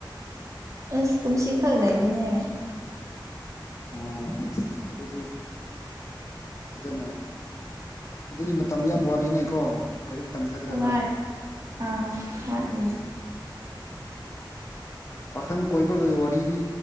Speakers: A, on the right (about 35°); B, on the left (about 35°).
A: ꯑꯁ ꯀꯨꯝꯁꯤ ꯈꯛ ꯂꯩꯕꯅꯦ
B: ꯑꯣ ꯑꯁ ꯑꯗꯨꯗꯤ ꯐꯖꯅ ꯑꯗꯨꯗꯤ ꯃꯇꯝ ꯌꯥꯝ ꯋꯥꯠꯂꯤꯅꯦꯀꯣ ꯂꯥꯏꯔꯤꯛ ꯇꯝꯊꯥꯒꯗꯕ
A: ꯍꯣꯏ ꯑꯥ ꯋꯥꯠꯂꯤ
B: ꯄꯥꯈꯪ ꯀꯣꯏꯕꯒꯤ ꯋꯥꯔꯤꯗꯤ